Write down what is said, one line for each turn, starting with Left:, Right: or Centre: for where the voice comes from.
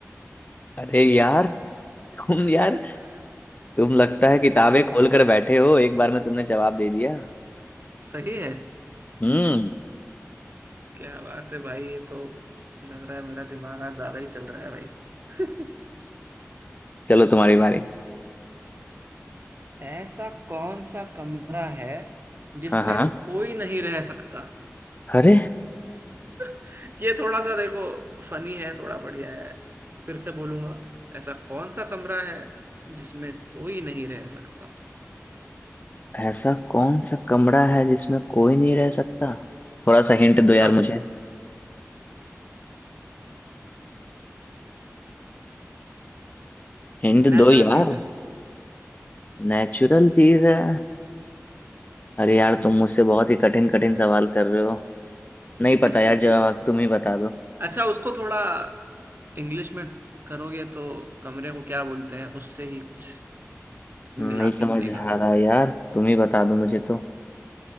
Left: अरे यार तुम
Right: <laughs>
Left: यार तुम लगता है किताबें खोल कर बैठे हो एक बार में तुमने जवाब दे दिया
Right: सही है
Left: हम्म
Right: क्या बात है भाई ये तो लग रहा है मेरा दिमाग आज ज्यादा ही चल रहा है भाई <laughs>
Left: चलो तुम्हारी बारी
Right: ऐसा कौन सा कमरा है जिसमें
Left: हाँ हाँ
Right: कोई नहीं रह सकता
Left: अरे
Right: <laughs> ये थोड़ा सा देखो फनी है थोड़ा बढ़िया है फिर से बोलूंगा ऐसा कौन सा कमरा है जिसमें कोई नहीं रह सकता
Left: ऐसा कौन सा कमरा है जिसमें कोई नहीं रह सकता थोड़ा सा हिंट दो यार
Right: हाँ
Left: मुझे हिंट
Right: नेचुरल
Left: दो यार
Right: चीज है
Left: नेचुरल चीज है अरे यार तुम मुझसे बहुत ही कठिन कठिन सवाल कर रहे हो नहीं पता
Right: <laughs>
Left: यार जवाब तुम ही बता दो
Right: अच्छा उसको थोड़ा इंग्लिश में करोगे तो कमरे को क्या बोलते हैं उससे ही कुछ
Left: नहीं
Right: मिला
Left: समझ
Right: के बनेगा
Left: आ रहा यार तुम ही बता दो मुझे तो